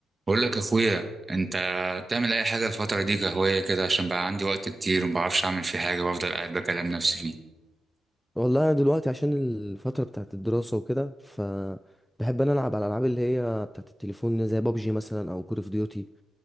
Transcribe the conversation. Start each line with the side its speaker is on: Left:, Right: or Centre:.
Right: بقول لك اخويا انت بتعمل اي حاجه الفتره دي كهوايه كده عشان بقى عندي وقت كتير وما بعرفش اعمل فيه حاجه وافضل قاعد بكلم نفسي فيه
Centre: والله انا دلوقتي عشان الفتره بتاعت الدراسه وكده فبحب انا العب على الالعاب اللي هي بتاعت التليفون زي بابجي مثلا او كول اوف ديوتي